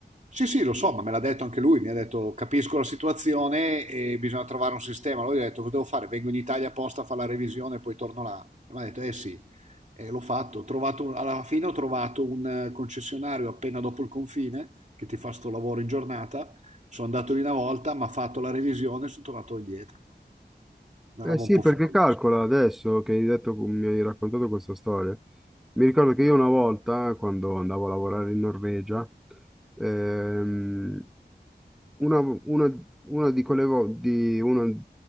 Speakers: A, on the right; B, in the centre.
A: Sì, sì, lo so, ma me l'ha detto anche lui, mi ha detto capisco la situazione e bisogna trovare un sistema. Lui ha detto cosa devo fare? Vengo in Italia apposta a fare la revisione e poi torno là. E mi ha detto eh sì, e l'ho fatto. Ho trovato un- alla fine ho trovato un eh, concessionario appena dopo il confine che ti fa sto lavoro in giornata. Sono andato lì una volta, mi ha fatto la revisione e sono tornato indietro. Una
B: Eh
A: roba
B: sì,
A: un po'
B: perché
A: folle,
B: calcola
A: insomma.
B: adesso che hai detto, mi hai raccontato questa storia. Mi ricordo che io una volta, quando andavo a lavorare in Norvegia, ehm, una, una- una di quelle vo- di, una